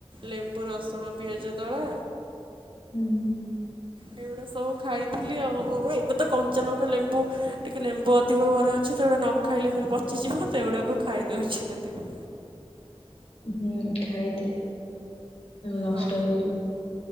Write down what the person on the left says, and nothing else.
ହୁଁ ହୁଁ।
ହୁଁ ଖାଇଦେ ନଷ୍ଟ
ହେଇଯିବ।